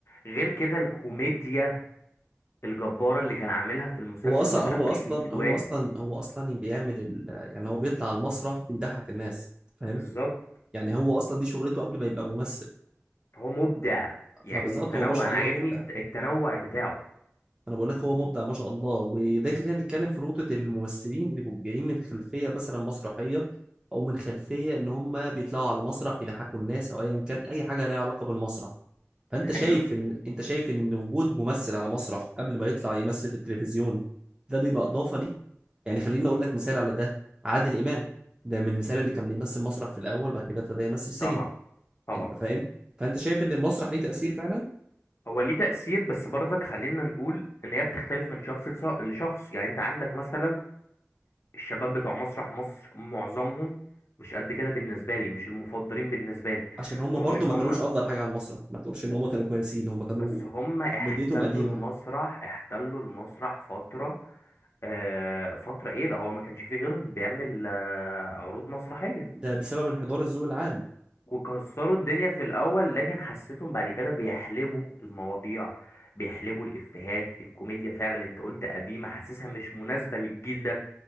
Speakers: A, on the left; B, on the right.
A: غير كده الكوميديا الجبارة اللي كان عاملها في المسلسل
B: هو اصلا
A: بتاع
B: هو
A: ماجد
B: اصلا
A: الكدواني
B: هو اصلا هو اصلا بيعمل ال... يعني هو بيطلع على المسرح بيضحك الناس فاهم
A: بالظبط
B: يعني هو اصلا دي شغلته قبل ما يبقى ممثل
A: هو مبدع يعني
B: فبالظبط
A: ومتنوع
B: هو ما شاء
A: أنا
B: الله
A: عاجبني
B: مبدع
A: الت- التنوع بتاعه
B: انا بقول لك هو مبدع ما شاء الله وده يخلينا نتكلم في نقطه الممثلين اللي بيبقوا جايين من خلفيه مثلا مسرحيه او من خلفيه ان هم بيطلعوا على مسرح يضحكوا الناس او ايا كان اي حاجه ليها علاقه بالمسرح فانت
A: حلو
B: شايف ان انت شايف ان وجود ممثل على مسرح قبل ما يطلع يمثل في التلفزيون ده بيبقى اضافه ليه يعني خليني اقول لك مثال على ده عادل امام ده من المثال اللي كان بيمثل مسرح في الاول بعد كده ابتدى يمثل سينما
A: طبعا طبعا
B: انت فاهم فانت شايف ان المسرح ليه تاثير فعلا
A: هو ليه تأثير بس برضك خلينا نقول ان هي بتختلف من شخص لش- لشخص يعني انت عندك مثلا الشباب بتوع مسرح مصر معظمهم مش قد كده بالنسبة لي مش المفضلين بالنسبة لي
B: عشان هم
A: رغم
B: برضو
A: ان
B: ما
A: هم
B: كانوش افضل حاجه على المسرح ما تقولش ان هم كانوا كويسين هم كانوا
A: بس هم احتلوا
B: ومديتهم قديمة
A: المسرح احتلوا المسرح فترة آه فترة ايه ده هو ما كانش فيه غيرهم بيعمل آه عروض مسرحية
B: ده بسبب انحدار الذوق العام
A: وكسروا الدنيا في الاول لكن حسيتهم بعد كده بيحلبوا المواضيع بيحلبوا الافيهات الكوميديا فعلا انت قلت قديمه حاسسها مش مناسبه للجيل ده